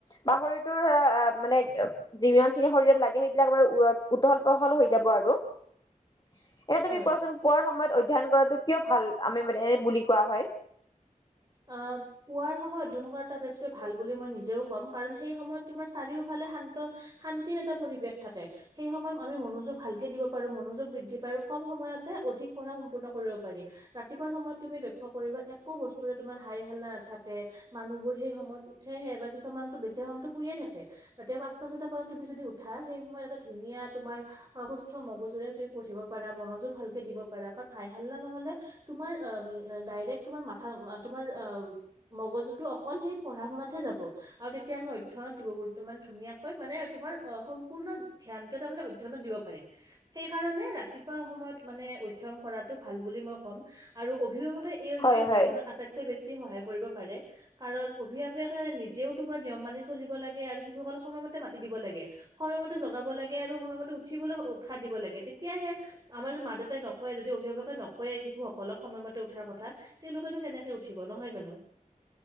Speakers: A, on the left; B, on the right.
A: বা শৰীৰটোৰ ধৰা মানে যিমান যিখিনি শৰীৰত লাগে সেইবিলাক আৰু উৰত উঢল পহল হৈ যাব আৰু এনেই তুমি
B: হয়।
A: কোৱাচোন পুৱাৰ সময়ত অধ্যয়ন কৰাটো কিয় ভাল আমি মানে বুলি কোৱা হয়
B: অ পুৱাৰ সময়ত অধ্যয়ন কৰা আটাইতকৈ ভাল বুলি মই নিজেও কম কাৰণ সেই সময়ত তোমাৰ চাৰিওফালে শান্ত শান্তিৰ এটা পৰিৱেশ থাকে সেই সময়ত আমি মনোযোগ ভাল ভালকে দিব পাৰো মনোযোগ বৃদ্ধি পাই আৰু কম সময়তে অধিক পঢ়া সম্পূৰ্ণ কৰিব পাৰি ৰাতিপুৱা সময়ত তুমি লক্ষ্য কৰিবা একো বস্তু একোটোৱে তোমাৰ হাই হেল্লা নাথাকে মানুহবোৰ সেই সময়ত সেয়েহে বা কিছুমানতো বেছি সময়তো শুয়ে থাকে ৰাতিপুৱা পাঁচ পাচটা ছটা বজাত তুমি যদি উঠা সেই সময়ত এটা ধুনীয়া তোমাৰ অ সুস্থ মগজুৰে তুমি পঢ়িব পাৰা মনযোগ ভালকে দিব পাৰা কাৰণ হাই হাল্লা নহ'লে তোমাৰ আ ম ডাইৰেক্ট তোমাৰ মাথ থা আ তোমাৰ আ ম মগজুটো অকল সেই পঢ়া শুনাত হে যাব আৰু তেতিয়া আমি অধ্যয়ত গুৰুত্ব মানে ধুনীয়া কৈ মানে তোমাৰ অ সম্পূৰ্ণ ধ্যানটো মানে অধ্যয়নত দিব পাৰিম সেইকাৰণে ৰাতিপুৱা সময়ত মানে অধ্যয়ন কৰাতটো ভাল বুলি মই ক'ম আৰু অভিভাৱকে এই অভ্যাস
A: হয়
B: গঢ়ি
A: হয়
B: তোলাত আটাইতকৈ বেছি সহায় কৰিব পাৰে কাৰণ অভিভাৱকে নিজেও তোমাৰ নিয়ম মানি চলিব লাগে আৰু শিশুসকলক সময়মতে মাতি দিব লাগে সময়মতে জগাব লাগে আৰু সময়মতে উঠিবলৈ উৎসাহ দিব লাগে তেতিয়াহে আমাৰ যদি মা দেউতাই নকয়ে যদি অভিভাৱকে নকয়েই শিশুসকলক সময়মতে উঠাৰ কথা তেওঁলোকেনো কেনেকে উঠিব নহয় জানো